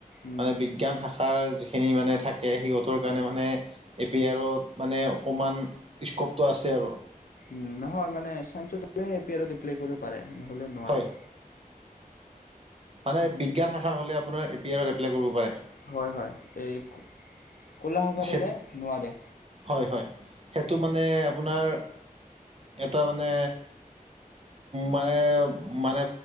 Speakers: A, on the left (about 75°); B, on the right (about 45°).
A: উম
B: মানে বিজ্ঞান শাখা। তাৰ যিখিনি মানে থাকে সিহঁতৰ কাৰণে
A: উম
B: মানে এ পি আৰত মানে অকণমান স্কোপটো আছে আৰু।
A: উম, নহয় মানে ছাইন্সৰ হ'লে এ পি আৰত এপ্লাই কৰিব পাৰে নহ'লে নোৱাৰে।
B: হয় মানে বিজ্ঞান শাখাৰ হ'লে আপোনাৰ এ পি আৰ এপ্লাই কৰিব পাৰে।
A: হয়, হয়। এই ক'লা শাখাৰ
B: সেইটো
A: হ'লে নোৱাৰে
B: হয়, হয়। সেইটো
A: হয়
B: মানে আপোনাৰ এটা মানে, মানে-মানে